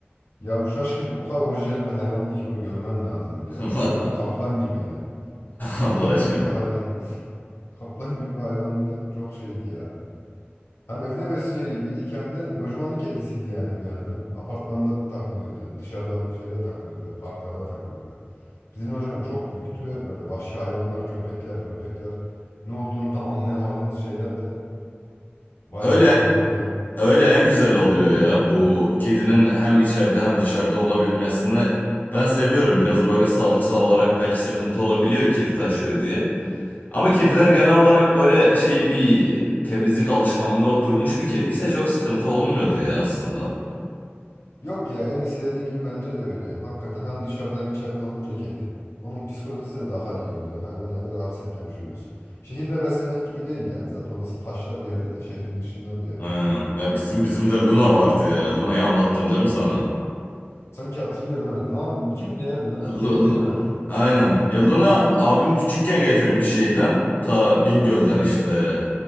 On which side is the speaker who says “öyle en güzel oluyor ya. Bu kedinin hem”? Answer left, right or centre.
Left